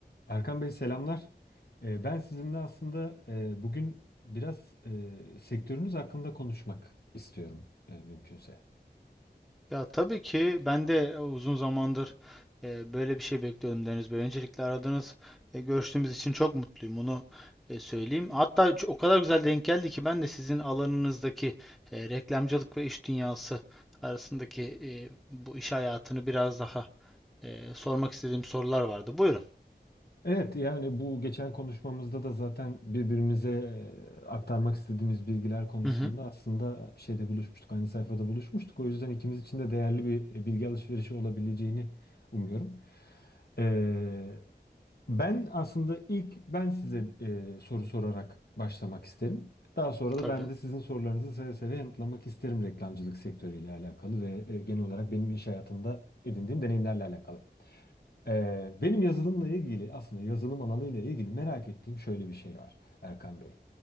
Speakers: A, on the left; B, in the centre.
A: Erkan Bey selamlar. Ee, Ben sizinle aslında e, bugün biraz e, sektörünüz hakkında konuşmak istiyorum e, mümkünse.
B: Ya tabii ki ben de e, uzun zamandır e, böyle bir şey bekliyordum Deniz Bey. Öncelikle aradığınız, e, görüştüğümüz için çok mutluyum. Onu e, söyleyeyim. Hatta ç- o kadar güzel denk geldi ki ben de sizin alanınızdaki e, reklamcılık ve iş dünyası arasındaki e, bu iş hayatını biraz daha e, sormak istediğim sorular vardı. Buyurun.
A: Evet yani bu geçen konuşmamızda da zaten birbirimize e, aktarmak istediğimiz bilgiler konusunda
B: Hı hı,
A: aslında şeyde buluşmuştuk, aynı sayfada buluşmuştuk. O yüzden ikimiz için de değerli bir e, bilgi alışverişi olabileceğini umuyorum. Ee, Ben aslında ilk ben size e, soru sorarak başlamak isterim. Daha sonra da
B: tabii.
A: ben de sizin sorularınızı seve seve yanıtlamak isterim reklamcılık sektörüyle alakalı ve e, genel olarak benim iş hayatımda edindiğim deneyimlerle alakalı. Ee, benim yazılımla ilgili aslında yazılım alanıyla ilgili merak ettiğim şöyle bir şey var Erkan Bey.